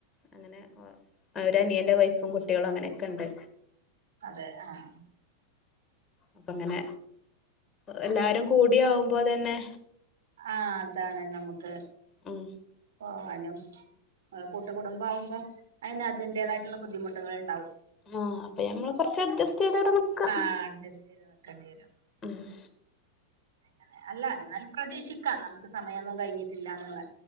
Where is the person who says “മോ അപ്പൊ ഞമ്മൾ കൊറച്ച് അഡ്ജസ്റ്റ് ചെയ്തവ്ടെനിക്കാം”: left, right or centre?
Left